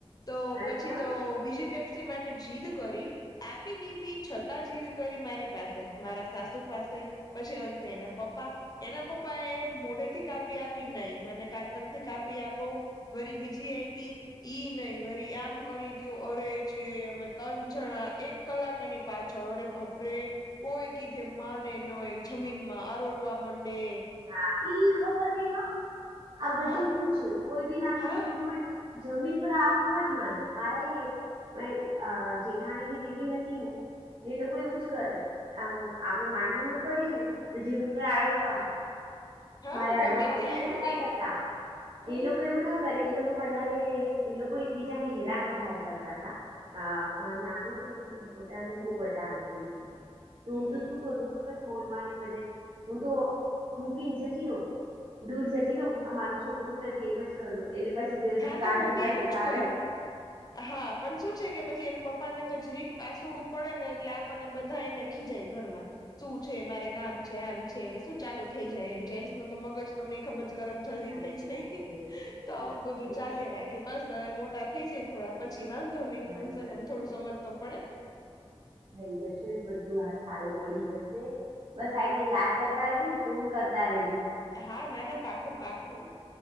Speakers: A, on the left (about 35°); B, on the right (about 55°).
A: તો પછી
B: અચ્છા
A: તો બી પેપ્સી <unintelligible> માટે જીદ કરી આપી દીધી છતાં જીદ કરી મારી પાસે મારા સાસુ પાસે પછી અંતે એના પપ્પા એના પપ્પા પપ્પા એ મોઢે થી કાપી આપી નહી મને કાતર થી કાપી આપો વરી બીજી આઈપી ઈ નહી વરી આમ કરી દયો, અરે જે અમે ‌ત્રણ જણા એક કલાક એની પાછળ અરે બાપરે કોઈ કીધે માને નય જમીનમાં આરોટવા માંડે
B: હા ઈ ખબર નહીં હ આ
A: હા
B: ગજબ નું છે કોઈ બી નાનું
A: હા
B: છોકરું હોય જમીન પર આરોટવા જ માંડે મારા એ મારી અ જેઠાણી ની બેબી હતી, ને એ લોકો એવું જ કરે આ આપડ માન્યું ન કરી ને તો જમીન પર આરોટવા લાગે.
A: હા
B: મારે
A: ગમે
B: હરો માંથી
A: ત્યાં
B: એવું નતા
A: નહી
B: કરતા
A: હમ
B: એ લોકો એવું ના કરે એ લોકો લોકો વધારે એ લોકો એકબીજા ને હેરાન વધારે કરતા હતા. હા મારું નાનું છે, એ પોતાને બહુ લાગે એવી રીતે, તો હું
A: હમ
B: તો શું કરું ખબર મોલમાંને બધે હું તો મૂકીને જતી રહો દૂર જતી રહો આ મારું છોકરું જ નથી એમ જ કરું એટલે પછી જે
A: હા
B: શાંત
A: તો હું
B: થતા
A: બી
B: થતા
A: એવું જ
B: આવે.
A: કરું હા પણ શું છે, કે પછી એને પપ્પા ને તો જીરીક પાસુડું પડે ને એટલે આપને બધાને ખીજાય ઘરમાં શું છે, મારે કામ છે આમ છે. શું ચાલુ થઈ જાય એમ જેન્સ ન તો મગજ તમને ખબર છે. ગરમ જલ્દી
B: સાચી
A: થ‌ઈ જાય
B: વાત છે સાચી
A: તો આવું
B: વાત
A: બધું
B: છે
A: ચાલ્યા રાખે બસ હવે મોટા થઈ જાય થોડા પછી વાંધો નહી
B: થઈ
A: કમસે
B: જશે
A: કમ થોડું સમજ તો પડે.
B: થઈ જશે ને બધું હાથાળે પડી જશે બસ આના યાદ કરતા રેજ ને ફોન કરતા રહી.
A: હા, ના, ના, પાકું, પાકું.